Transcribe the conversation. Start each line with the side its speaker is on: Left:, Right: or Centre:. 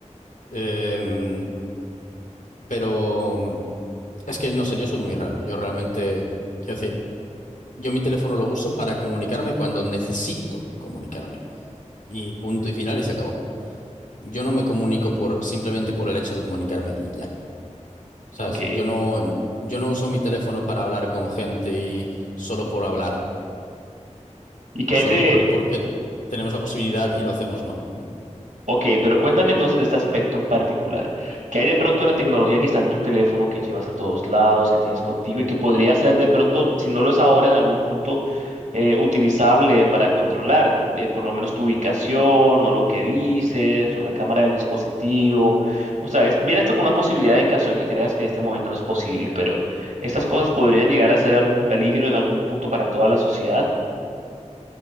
Left: em, pero es que no sé, yo soy muy raro. Yo realmente, quiero decir... Yo mi teléfono lo uso para comunicarme cuando necesito comunicarme. Y punto y final y se acabó. Yo no me comunico por simplemente por el hecho de comunicarme y ya. ¿Sabes?
Right: Ok.
Left: Yo no, yo no uso mi teléfono para hablar con gente y solo por hablar.
Right: ¿Y qué
Left: Solo
Right: hay de,
Left: por, porque tenemos la posibilidad y lo hacemos, no.
Right: Ok, pero cuéntame entonces de este aspecto en particular. ¿Qué hay de pronto de la tecnología que está en tu teléfono, que llevas a todos lados, que tienes contigo y que podría ser de pronto, si no lo es ahora, en algún punto eh, utilizable para controlar eh, por lo menos tu ubicación o lo que dices o la cámara del dispositivo? O sea, es, viene esto con una posibilidad en caso de que creas que en este momento no es posible, pero estas cosas podrían llegar a ser un peligro en algún punto para toda la sociedad.